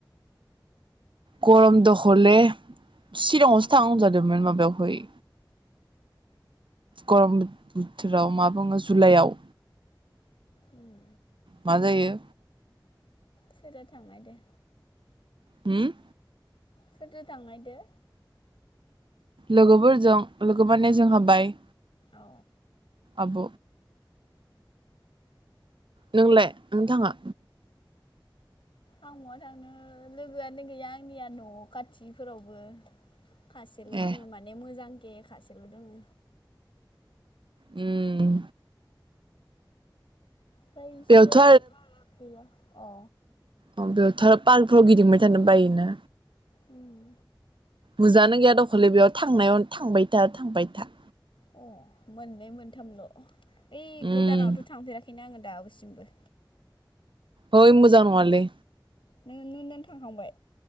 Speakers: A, on the right; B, on the left.
A: गरम द हले चिराङावसो
B: बेनोथ'
A: थां जादोंमोन माबायावहाय गरम बोथोराव मा बुङो जुलाइआव।
B: उम।
A: मा जायो
B: सोरजा थांनाय दे।
A: हुम
B: सोरदो थांनायदो?
A: लोगोफोरजों लोगोमाने जोंहा बाय
B: अ
A: आब' नोंलाय नों थाङा?
B: आं मवा थांनो लोगोआनो गैया आंनिया न' खाथिफोरावबो। खासेल दोङो
A: ए
B: माने मोजां केे खासेल दोङो।
A: उम।
B: फ्राय इसोरो
A: बेयावथ'
B: गैया। अ।
A: अ बेयावथ' आरो पार्कफोराव गिदिंबाय थानो बायोना।
B: उम।
A: मोजाङानो गैया दखलै बेयाव थांनायाव थांबाय था थांबाय था।
B: अ मोननै मोन्थामल'। ओइ
A: उम
B: गोदानावथ थांफेराखैनो आङो। दाबोसिमबो।
A: होइ मोजां नङालै।
B: नों नुनान‌ थांखांबाय?